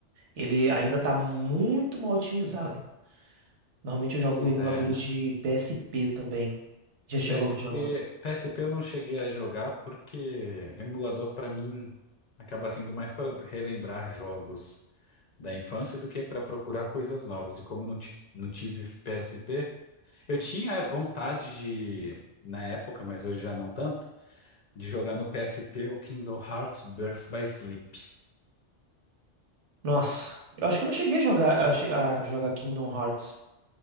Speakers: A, on the right; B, on the left.
A: Ele ainda tá muito mal otimizado. Normalmente eu jogo
B: Pois
A: emuladores
B: é, né?
A: de PSP também. Já chegou?
B: PSP,
A: a baixar? um
B: PSP eu não cheguei a jogar porque emulador pra mim acaba sendo mais para relembrar jogos. da infância do que para procurar coisas novas. E como eu não, ti- não tive PSP, eu tinha vontade de, na época, mas hoje já não tanto, de jogar no PSP o Kingdom Hearts Birth by Sleep.
A: Nossa, eu acho que eu não cheguei a jogar a, che- a jogar Kingdom Hearts.